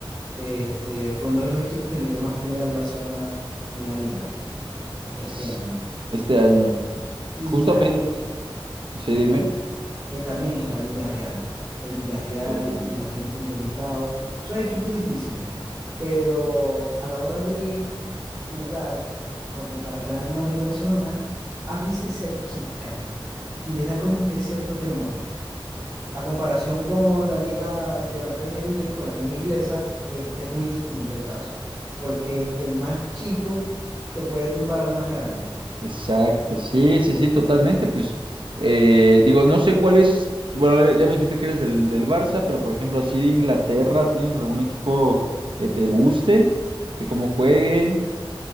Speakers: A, on the right (about 30°); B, on the right (about 65°).
A: este, fue uno de los equipos que le dio más pelea al Barcelona en la liga este
B: s-
A: año.
B: este año.
A: Y
B: Justamente,
A: también
B: sí, dime.
A: eh, también está el Villarreal. El Villarreal,
B: Claro.
A: el Atlético de Bilbao, son equipos difíciles, pero a la hora de jugar contra Real Madrid y Barcelona, a veces se achican, les da como que cierto temor. A comparación con la liga de la Premier League, con la liga inglesa, este es muy distinto el caso, porque el más chico te puede tumbar al más grande.
B: Exacto, sí, sí, sí, totalmente. Pues eh, digo, no sé cuál es, bueno, eh, ya me dijiste que eres del, del Barça, pero por ejemplo, así de Inglaterra, ¿tienes algún equipo que te guste, que cómo juegue,